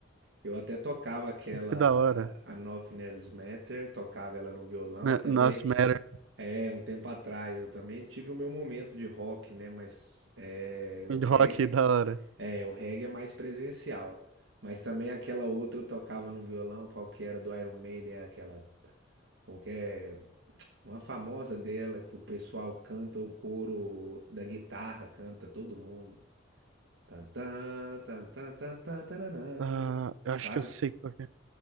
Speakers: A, on the right; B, on the right.
A: Eu até tocava aquela
B: Que da hora.
A: A Nove Nails Matter, tocava ela no violão
B: Na-
A: e também,
B: Nossa, Matters,
A: é, um tempo atrás, eu também tive o meu momento de rock, né? Mas é, o
B: rock,
A: reggae,
B: da hora.
A: é, o reggae é mais presencial. Mas também aquela outra eu tocava no violão, qual que era do Iron Maiden, aquela, qualquer Uma famosa dela que o pessoal canta o coro da guitarra, canta todo mundo. Tan, tan, tan, tan, tan, tan, tananã.
B: Ah, eu
A: Sabe?
B: acho que eu sei qual que é.